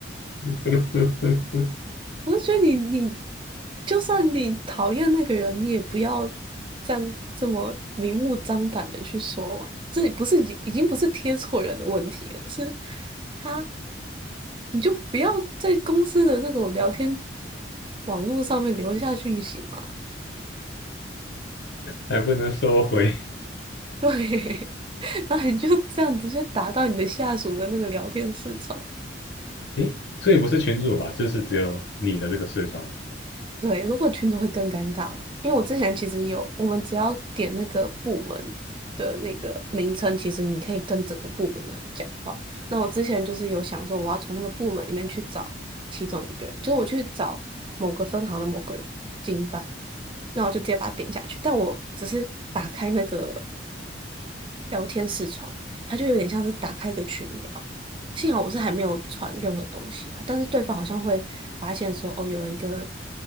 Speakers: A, on the left (about 65°); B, on the right (about 25°).
A: <laughs>
B: 我觉得你你就算你讨厌那个人，你也不要这样这么明目张胆的去说嘛。这也不是已经已经不是贴错人的问题了，是他，你就不要在公司的那种聊天网络上面留下讯息嘛。
A: 还不能收回。
B: 对，<laughs> 然后你就这样直接打到你的下属的那个聊天市场，
A: 诶，所以不是群主吧？就是只有你的这个视窗。
B: 对，如果群组会更尴尬嘛，因为我之前其实有，我们只要点那个部门的那个名称，其实你可以跟整个部门的人讲话。那我之前就是有想说，我要从那个部门里面去找其中一个人，就是我去找某个分行的某个人经办，那我就直接把它点下去。但我只是打开那个聊天视窗，它就有点像是打开一个群聊。幸好我是还没有传任何东西啊，但是对方好像会发现说，哦，有人一个